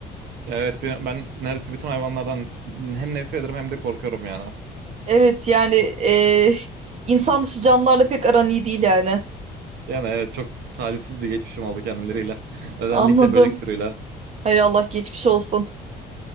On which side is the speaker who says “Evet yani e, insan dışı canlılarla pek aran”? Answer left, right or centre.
Right